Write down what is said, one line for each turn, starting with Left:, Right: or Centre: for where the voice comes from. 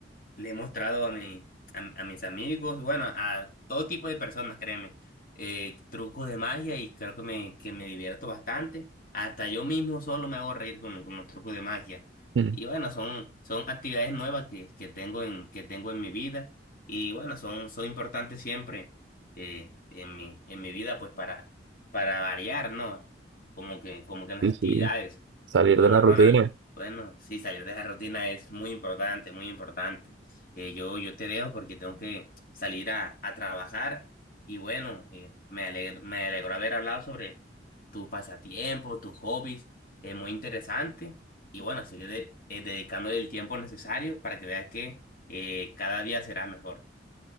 Left: Le he mostrado a, mi, a, a mis amigos, bueno, a todo tipo de personas, créeme, eh, trucos de magia y creo que me, que me divierto bastante. Hasta yo mismo solo me hago reír con, con los trucos de magia.
Right: Mm,
Left: Y bueno, son, son actividades nuevas que, que tengo en, que tengo en mi vida y bueno, son, son importantes siempre eh, en mi, en mi vida, pues para, para variar, ¿no? Como que, como que en las
Right: Sí,
Left: actividades.
Right: sí, salir
Left: Y bueno,
Right: de la rutina.
Left: Ronald, bueno, sí, salir de la rutina es muy importante, muy importante eh, yo, yo te dejo porque tengo que salir a, a trabajar y bueno, eh, me alegro, me alegró haber hablado sobre tu pasatiempo, tus hobbies, es muy interesante y bueno, sigue de- eh, dedicándole el tiempo necesario para que veas que eh, cada día será mejor.